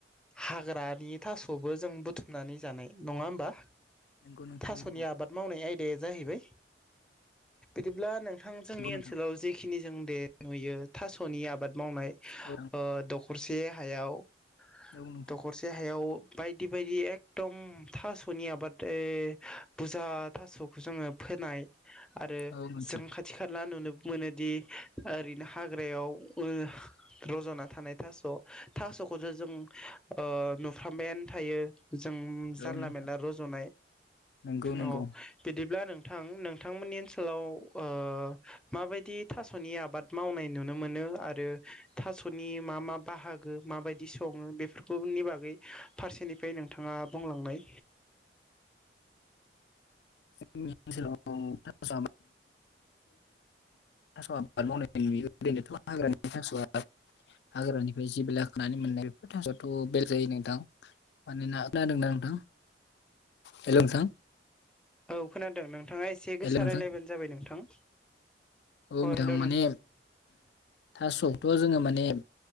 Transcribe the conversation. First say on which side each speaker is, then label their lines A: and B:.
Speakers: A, in the centre; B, on the left.
A: हाग्रानि थासबो जों बुथुमनानै जानाय नङा होमबा।
B: नंगौ नोंथां
A: थासनि
B: नंगौ
A: आबाद मावनाय आयदाया जाहैबाय। बिदिब्ला नों थां जोंनि
B: नंगौ नोंथां
A: ओनसोलाव जेखिनि जों दे नुयो थासनि आबाद मावनाय
B: औ
A: ओ दख हरसे हायाव
B: औ नोंथां
A: दखरसे। देहायाव बायदि बायदि एकदम थासनि आबाद बुजा थास'खौ जोङो फोनाय आरो
B: औ नोंथां
A: जों खाथ थि खाला नुनोबो मोनोदि ओरैनो हाग्रायाव ओ रज'ना थानाय थास' थास'खौथ' जों ओ नुफ्रामबायानो थायो। जों जानला
B: औ नोंथां
A: मेरला रज'नाय
B: नंगौ नंगौ
A: अ बिदिब्ला नोंथां नोंथांमोननि आनसो लाव ओ माबायदि थास'नि आबाद मावनाय नुनो मोनो आरो थास'नि मा मा बाहागो माबायदि सङो बेफोरखौनि बागै फारसेनिफ्राय नोंथाङा बुंलांनाय।
B: <unintelligible> थास' आबाद मावनाय नुयो ओरैनोथ' हाग्रानि थास' हाग्रानि <unintelligible> खानानै मोननाय बेफोर थास'आथ' बेलेग जायो नोंथां। मानोना खोनादों ना नोंथां हेलौ नोंथां?
A: औ खोनादों नोंथाङा एसे गोसा
B: हेल' नोंथां
A: राय्लायबानो जाबाय नोंथां।
B: औ नोंथां
A: अ हेल'
B: माने थासखौथ' जोङो माने